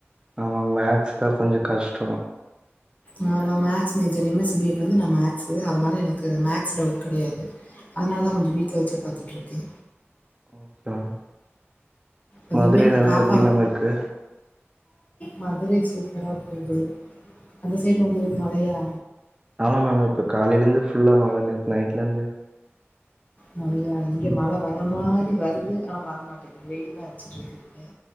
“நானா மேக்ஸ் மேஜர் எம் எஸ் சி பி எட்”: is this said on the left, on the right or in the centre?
Left